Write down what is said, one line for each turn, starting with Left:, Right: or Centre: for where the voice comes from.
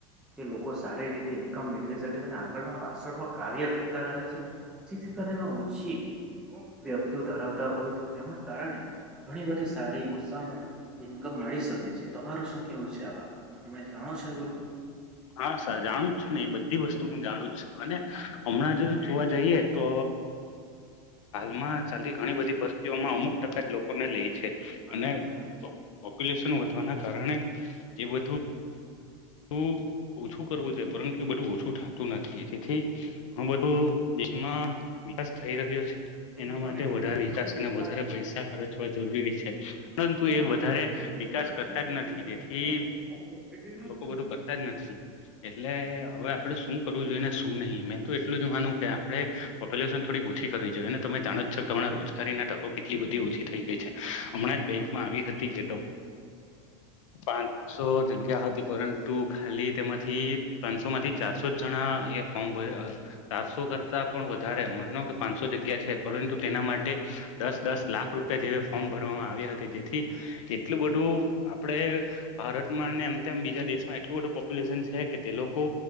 Centre: એ લોકો સારી રીતે ઈન્કમ મેળવી શકે છે અને આગળ પણ પાછા પણ કાર્ય કરતા રહે છે. જેથી કરી ઓછી વ્યક્તિઓ ધરાવતા હોય તો તેના કારણે ઘણી બધી સારી ઇન્ ઇન્કમ મળી શકે છે તમારું શું કેવું છે આ બાબત તમે જાણો છો એ બધું
Left: હા સર જાણું જ છે ને એ બધી વસ્તુ હું જાણું જ છ અને હમણાં જો જોવા જઈએ તો તો હાલમાં ચાલતી ઘણી બધી ભરતીઓમાં અમુક ટકા જ લોકોને લે છે અને
Centre: <inaudible>
Left: પોપ્યુલેશન વધવાના કારણે એ બધું તું ઓછું પરંતુ એ બધું ઓછું થતું નથી એથી હ બધું દેશમાં વિકાસ થ રહ્યો છે
Centre: એક
Left: એના
Centre: મીઠો
Left: માટે
Centre: કે
Left: વધારે વિકાસ અને વધારે પૈસા ખર્ચ જરૂરી છે પરંતુ એ
Centre: <inaudible>
Left: વધારે વિકાસ કરતા જ નથી તેથી લોકો બધું કરતા જ નથી એટલે હવે આપડણેે શું કરવું જોઈએ ને શું નહી મેં તો એટલું જ માનું કે આપણે પોપ્યુલેશન થોડી ઓછી કરવી જોઈએ અને તમે જાણો જ છો કે હમણાં રોજગારીના તકો કેટલી બધી ઓછી થઈ ગઈ છે હમણાં જ બેંકમાં આવી હતી કે પાંચસો જગ્યા હતી પરંતુ પરંતુ ખાલી તેમાંથી પાંચસો માંથી ચારસો જણા એ ફોર્મ ભ ચારસો કરતા પણ વધારે માનો કે પાંચસો જગ્યા પરંતુ તેના માટે દસ દસ લાખ રૂપિયા જેવી ફોર્મ ભરવામાં આવી હતી. જેથી એટલું બધું આપડે ભારતમાં ને એમ- તેમ બીજા દેશોમાં. એટલું બું પોપ્યુલેશન છે, કે તે લોકો